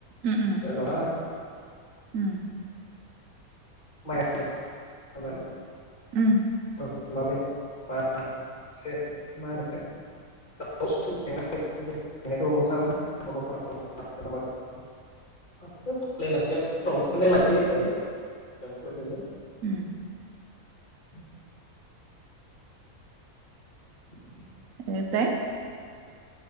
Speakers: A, on the right (about 65°); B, on the left (about 35°).
A: उम उम
B: जेन'बा
A: उम
B: माया <unintelligible>
A: उम
B: मा होनो हो <unintelligible> नायायो आरोदिनो <unintelligible>
A: उम
B: औ <unintelligible> <inaudible>
A: बेनिफ्राय